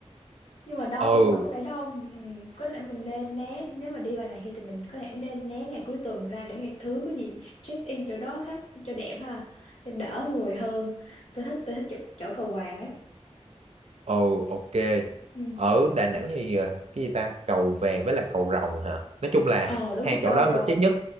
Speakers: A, on the left; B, on the right.
A: nhưng mà đau
B: ừ
A: nhưng mà có vẻ đau ừ, có lẽ mình nên né nếu mà đi vào này thì mình có thể nên né ngày cuối tuần ra để ngày thứ có gì check in chỗ đó khác cho đẹp ha cho đỡ người hơn tôi thích tôi thích chỗ, chỗ cầu vàng ấy
B: ừ ok
A: ừ,
B: ở Đà Nẵng
A: ok
B: thì ờ, cái gì ta cầu vàng với là cầu rồng hả nói chung là
A: ờ đúng
B: hai
A: rồi
B: chỗ
A: cầu
B: đó mà
A: rồng
B: chắc nhất